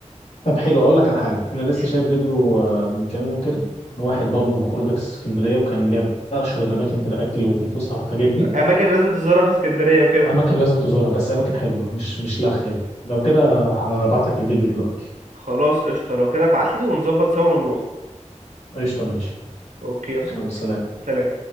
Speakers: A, on the left; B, on the right.
A: طب حلو اقول لك على حاجه انا لسه
B: مم.
A: شايف فيديو آه، من كام يوم كده واحد
B: مم.
A: برضه خروجه في اسكندريه وكان جاب اشهر الاماكن في الاكل وفي الفسحه والحاجات دي
B: أماكن لازم تزورها في اسكندرية وكده
A: اماكن لازم تزورها بس اماكن حلوه مش مش لخ يعني لو كده هبعت لك الفيديو دلوقتي
B: خلاص قشطة لو كده ابعتلي ونظبط سوا ونروح
A: قشطه ماشي
B: أوكي يا صديقي
A: يلا سلام
B: سلام